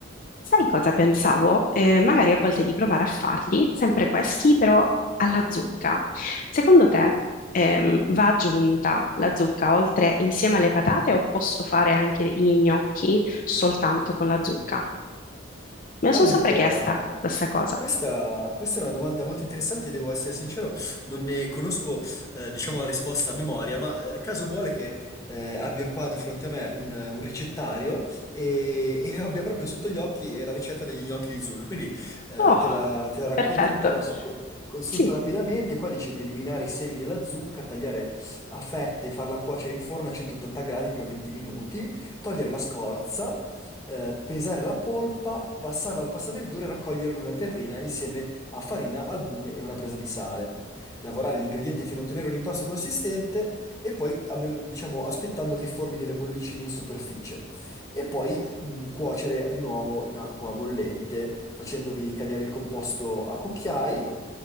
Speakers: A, on the left; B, on the left.
A: sai cosa pensavo? Eh, magari a volte di provare a farli, sempre questi, però alla zucca. Secondo te, ehm, va aggiunta la zucca oltre insieme alle patate o posso fare anche gli gnocchi soltanto con la zucca? Me lo
B: Allora,
A: sono sempre chiesta
B: eh,
A: questa cosa.
B: questa, questa è una domanda molto interessante, devo essere sincero, non ne conosco, eh, diciamo, la risposta a memoria, ma eh, caso vuole che eh, abbia qua di fronte a me un, un ricettario e, e abbia proprio sotto gli occhi eh, la ricetta degli gnocchi di zucca. Quindi eh,
A: Oh,
B: te la, te la racconto
A: perfetto.
B: un po', adesso co- consulto
A: Sì,
B: rapidamente, qua dice di eliminare i semi della zucca, tagliare a fette e farla cuocere in forno a 180 gradi per 20 minuti, togliere la scorza eh, pesare la polpa, passarla al passaverdure e raccogliere in una terrina insieme a farina, albume e una presa di sale. Lavorare gli ingredienti fino a ottenere un impasto consistente e poi, a meno- diciamo, aspettando che formi delle bollicine in superficie. E poi mh, cuocere di nuovo in acqua bollente, facendovi cadere il composto a cucchiai